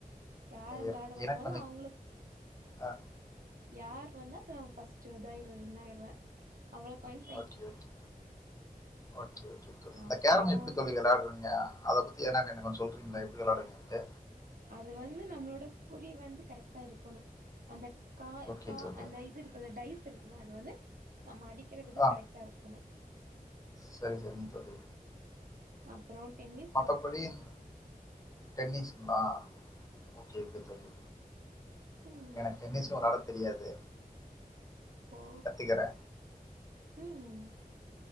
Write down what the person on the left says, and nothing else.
எ-
எனக்கு கொஞ்ச
ஆ
okay okay okay okay தோழி இந்த
கேரம் எப்டி தோழி விளையாட்ரீங்க அத பத்து ஏனா கண்டிப்பா சொல்றீங்ளா எப்படி வெளாடுங்கின்ட்டு
ஓகே தோழி
ஆ
சரி சரிங் தோழி
மத்தப்படின் டென்னிஸ் நா ஓகே ஓகே தோழி
எனக் டென்னிஸ் வெளாட தெரியாது
கத்துக்கிறே